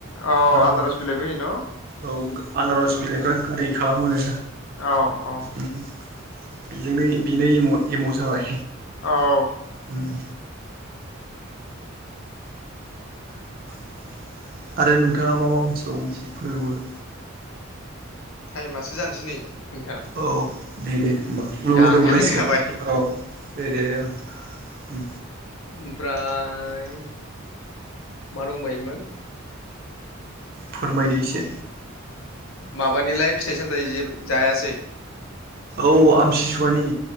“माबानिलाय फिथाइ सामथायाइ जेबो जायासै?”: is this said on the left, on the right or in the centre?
Left